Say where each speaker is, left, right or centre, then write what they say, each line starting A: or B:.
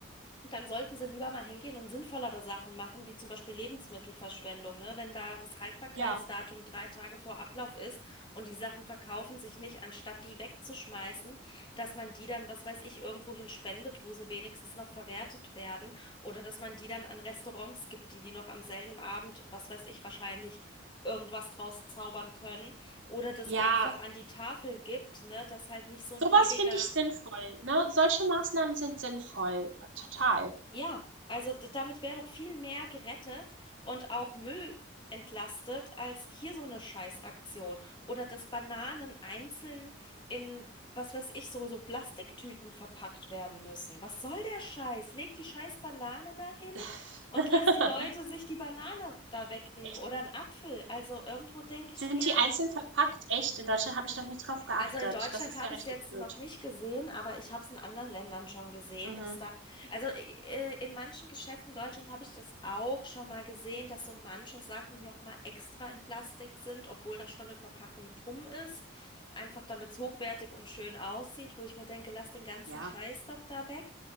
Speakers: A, on the left; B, on the right.
A: dann sollten sie lieber mal hingehen und sinnvollere Sachen machen, wie zum Beispiel Lebensmittelverschwendung, ne? Wenn da das Haltbarkeitsdatum
B: Ja.
A: drei Tage vor Ablauf ist und die Sachen verkaufen sich nicht, anstatt die wegzuschmeißen, dass man die dann, was weiß ich, irgendwohin spendet, wo sie wenigstens noch verwertet werden oder dass man die dann an Restaurants gibt, die die noch am selben Abend, was weiß ich, wahrscheinlich irgendwas draus zaubern können oder das
B: Ja,
A: einfach an die Tafel gibt, ne? Dass halt nicht so ein
B: Sowas
A: ewiger
B: finde ich sinnvoll, ne? Solche Maßnahmen sind sinnvoll, total.
A: Ja, also d- damit wäre doch viel mehr gerettet und auch Müll entlastet als hier so eine Scheißaktion. Oder dass Bananen einzeln in, was weiß ich, so, so Plastiktüten verpackt werden müssen. Was soll der Scheiß? Leg die scheiß Banane dahin
B: <laughs>
A: und lass die Leute sich die Banane da wegnehmen
B: Echt,
A: oder einen Apfel. Also irgendwo denke ich
B: sind
A: mir,
B: die einzeln verpackt? Echt? In Deutschland habe ich noch nie drauf geachtet.
A: also in Deutschland
B: Das ist
A: habe
B: ja richtig
A: ich es jetzt
B: blöd.
A: noch nicht gesehen, aber ich habe es in anderen Ländern schon gesehen,
B: Mhm.
A: dass da, also äh, in manchen Geschäften in Deutschland habe ich das auch schon mal gesehen, dass so manche Sachen nochmal extra in Plastik sind, obwohl da schon eine Verpackung drum ist, einfach damit es hochwertig und schön aussieht, wo ich mir denke, lass den ganzen
B: Ja.
A: Scheiß doch da weg.